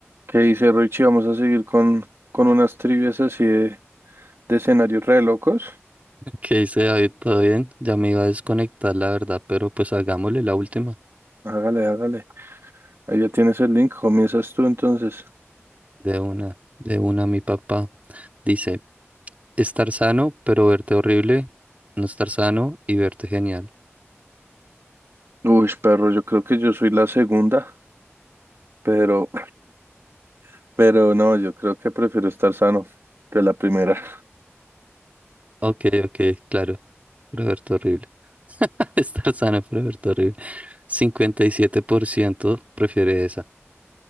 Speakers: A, on the right (about 65°); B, on the right (about 30°).
A: ¿Qué dice Richie? Vamos a seguir con, con unas trivias así de, de escenarios re locos.
B: ¿Qué dice David? ¿Todo bien? Ya me iba a desconectar, la verdad, pero pues hagámosle la última.
A: Hágale, hágale. Ahí ya tienes el link. Comienzas tú entonces.
B: De una, de una, mi papá. Dice, estar sano, pero verte horrible. No estar sano y verte genial.
A: Uy, perro, yo creo que yo soy la segunda, pero, <clears throat> pero no, yo creo que prefiero estar sano que la primera. <laughs>
B: Ok, ok, claro. Pero verte horrible. <laughs> Estar sano, pero verte horrible. cincuenta y siete por ciento prefiere esa.